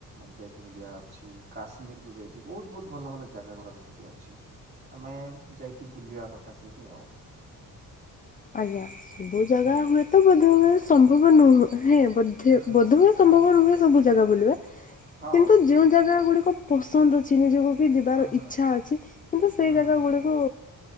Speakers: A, on the right (about 25°); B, on the left (about 25°).
A: ଯାଇକି ବୁଲିବାର ଅଛି। କାଶ୍ମୀରକୁୁ ଯାଇକି ବହୁତ ବହୁତ ଭଲ ଭଲ ଭଲ ଜାଗା ଗୁଡାକ ସେଠି ଅଛି। ଆମେ ଯାଇକି ବୁଲିବା କଥା ସେଇଠି ଆଉ।
B: ଆଜ୍ଞା ବହୁ ଜାଗା
A: ହୁଁ
B: ହୁଏତ ବୋଧ ହୁଏ ସମ୍ଭବ ନୁହ। ହଁ ବୋଧେ
A: ହୁଁ
B: ବୋଧେ ବୋଧହୁଏ ସମ୍ଭବ ନୁହେଁ ସବୁ ଜାଗା ବୁଲିବା କିନ୍ତୁ
A: ହଁ
B: ଯୋଉ ଜାଗା ଗୁଡିକ ପସନ୍ଦ ଅଛି ନିଜକୁ କି ଯିବାର
A: ହୁଁ
B: ଇଚ୍ଛା ଅଛି କିନ୍ତୁ ସେଇ
A: ହୁଁ
B: ଜାଗା
A: ହୁଁ
B: ଗୁଡିକୁ